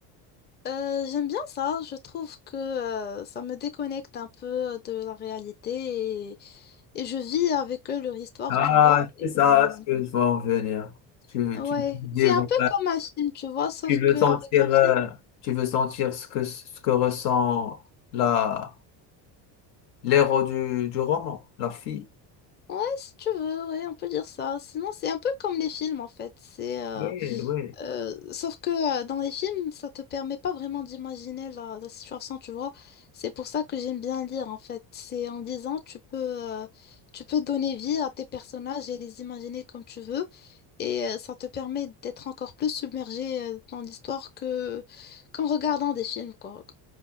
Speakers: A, on the left; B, on the left.
A: Euh, j'aime bien ça, je trouve que euh, ça me déconnecte un peu de la réalité et, et je vis avec eux leur histoire,
B: Ah,
A: tu vois. Et,
B: c'est ça
A: euh,
B: ce que je vois en venir. Tu,
A: ouais,
B: tu
A: c'est
B: livres.
A: un peu comme un film, tu vois, sauf
B: Tu veux
A: qu'avec
B: sentir,
A: un
B: euh,
A: film
B: tu veux sentir ce que, ce que ressent la, l'héros du, du roman, la fille.
A: Ouais, si tu veux, ouais, on peut dire ça. Sinon, c'est un peu comme les films, en fait. C'est, euh,
B: Oui, oui.
A: euh, sauf que euh, dans les films, ça te permet pas vraiment d'imaginer la, la situation, tu vois. C'est pour ça que j'aime bien lire, en fait. C'est en lisant, tu peux, euh, tu peux donner vie à tes personnages et les imaginer comme tu veux. Et euh, ça te permet d'être encore plus submergé euh, dans l'histoire que qu'en regardant des films, quoi.